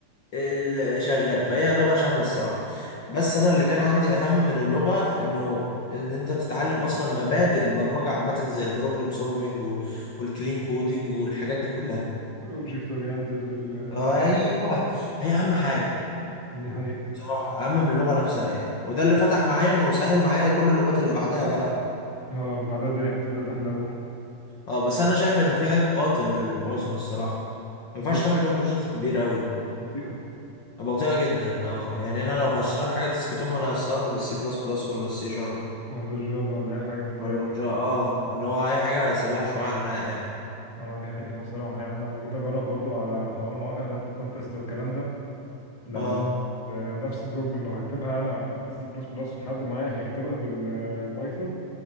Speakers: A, on the left; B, on the left.
A: ال- شغاله فهي لغه شامله الصراحه بس انا اللي كان عندي اهم من اللغه انه ان انت تتعلم اصلا مبادئ البرمجه عامه زي البروبلم سولفنج والكلين كودنج والحاجات دي كلها
B: والاوبجكت اورينتد والحاجات
A: ايوه هي اهم حاجه
B: دي حقيقه
A: بصراحه اهم من اللغه نفسها يعني وده اللي فتح معايا انه سهل معايا كل اللغات اللي بعدها بقى
B: اه من بعدها الدنيا بتبدأ تحلو
A: اه بس انا شايف انه في عيب قاتل في البايثون الصراحه
B: بطء
A: ما ينفعش تعمل بقى بروجكت كبير قوي
B: بطيئة
A: بطيئه جدا اه يعني
B: ده
A: انا
B: حقيقة.
A: لو هشتغل حاجه ديسك توب ما انا هستخدم السي بلس بلس ولا السي شارب
B: ولا الجافا ولا أي حاجة من اللي
A: الورجا
B: هي ال-
A: اه ان هو اي حاجه سريعه شويه عنها يعني
B: اه دي حقيقة بصراحة يعني أنا لما جيت أجرب برضو على حوار المواقع بتاعت الكونتست والكلام ده لما
A: اه
B: آه، نفس البروبلم لو هكتبها أنا بالسي بلس بلس وحد معايا هيكتبها بالبايثون